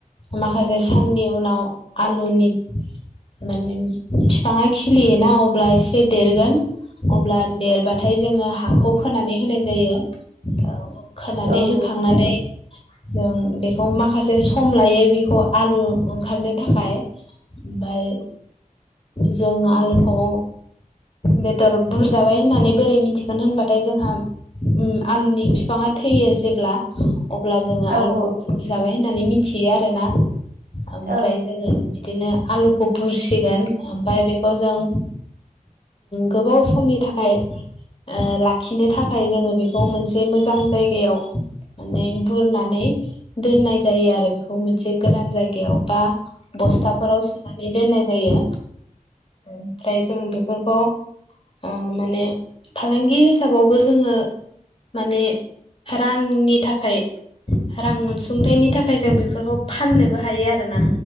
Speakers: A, on the left; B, on the right.
A: माखासे साननि उनाव आलुनि माने बिफाङा खिलियोना अब्ला एसे देरगोन अब्ला देरबाथाय जोङो हाखौ खोनानै होनाय जायो औ खोनानै
B: औ
A: होखांनानै जों बेखौ माखासे सम लायो बेखौ आलु ओंखारनो थाखाय ओमफाय जों आलुखौ बेदर बुरजाबाय होननानै बोरै मिथिगोन होनबाथाय जोंहा उम आलुनि बिफाङा थैयो जेब्ला अब्ला जोङो आलुखौ
B: औ
A: बुरजाबाय होननानै मिथियो आरो ना ओमफ्राय
B: औ
A: जोङो बिदिनो आलुखौ बुरसिगोन ओमफ्राय बेखौ जों गोबाव समनि थाखाय ओ लाखिनो थाखाय जोङो बेखौ मोनसे एसे मोजां जायगायाव माने बुरनानै दोननाय जायो आरो बेखौ मोनसे गोरान जायगायाव बा बस्थाफोराव सोनानै दोननाय जायो ओमफ्राय जों बेफोरखौ ओ माने फालांगि हिसाबावबो जोङो माने रांनि थाखाय रां अनसुंथाइनि थाखाय जों बेफोरखौ फाननोबो हायो आरोना